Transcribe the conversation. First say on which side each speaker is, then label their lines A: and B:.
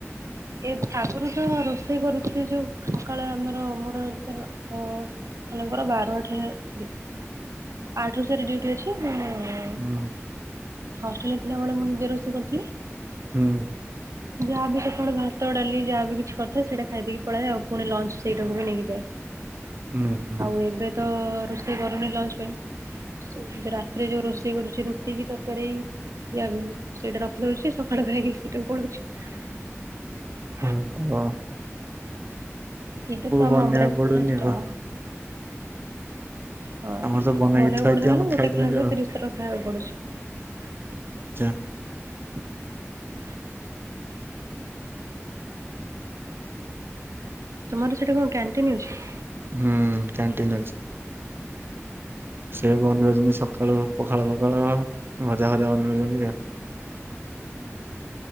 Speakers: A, on the right; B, on the right.
A: ଏ ଫାଗୁରୁ ତ ରୋଷେଇ କରୁଥିଲି ଯୋଉ ସକାଳ ଆମର ମୋର ତୋର ଅ ମାନେମୋର ବାରରୁ ଆଠେ ଡ଼ି, ଆଠରୁ ଚାରି ଡିୟୁଟି ଅଛି ମୁଁ
B: ହୁଁ।
A: ହଷ୍ଟେଲ ଥିଲାବେଳେ ମୁଁ ନିଜେ ରୋଷେଇ କରିଥିଲି।
B: ହୁଁ।
A: ଯାହାବି ସକାଳୁ ଭାତ ଡାଲି ଯାହା ବି କିଛି କରିଥାଏ ସେଇଟା ଖାଇଦେଇକି ପଳାଏ ଆଉ ପୁଣି ଲଞ୍ଚ ସେଇଟାକୁ ବି ନେଇକି ଯାଏ।
B: ହୁଁ ହୁଁ।
A: ଆଉ ଏବେ ତ ରୋଷେଇ କରୁନି ଲଞ୍ଚ ପାଇଁ ସେ ରାତିରେ ଯୋଉ ରୋଷେଇ କରୁଛି ରୁ ଟି କି ତରକାରୀ ଯା ସେଇଟା ରଖିଦଉଛି ସକାଳୁ ଖାଇକି ସେଇଟାକୁ ପଳଉଛି। <inaudible>
B: ହୁଁ କୁହ।
A: ଏଇଟା ତମ
B: ବନେଇବାକୁ
A: ବ୍ରେକଫାଷ୍ଟ।
B: ପଡୁନି ଆଉ।
A: ହଁ
B: ଆମର ତ ବନେଇକି
A: ବନେଇବାକୁ
B: ଥୁଆହେଇଥିବ
A: ପଡୁନି ମାନେ
B: ଆମେ
A: ଗୋଟେ
B: ଖାଇଦଉଛୁ
A: ଖାଇବାକୁ
B: ଆଉ।
A: ତିରିଶ ଥର ଖାଇବାକୁ ପଡୁଛି।
B: ଚା
A: <inaudible> ତୁମର ସେଠି କଣ କ୍ୟାଣ୍ଟିନ ଅଛି?
B: ହୁଁ କ୍ୟାଣ୍ଟିନ୍ ଅଛି। ସେ ବନଉଛନ୍ତି ସକାଳୁ ପଖାଳ ପଖାଳ ଭଜା ଭଜା ବନେଇଛନ୍ତି ଆଉ।